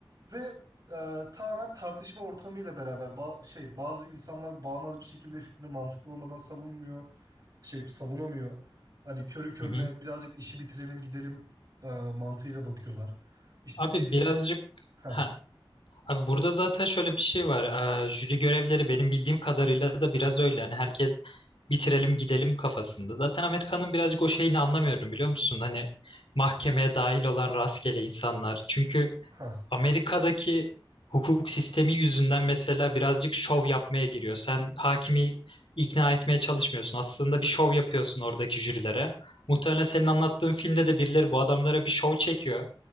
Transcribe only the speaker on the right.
ve e, tamamen tartışma ortamıyla beraber ba- şey bazı insanlar bağnaz bir şekilde fikrini mantıklı olmadan savunmuyor. Şey savunamıyor. Hani körü körüne
birazcık işi bitirelim gidelim e, mantığıyla bakıyorlar. İşte
birisi
ha
ha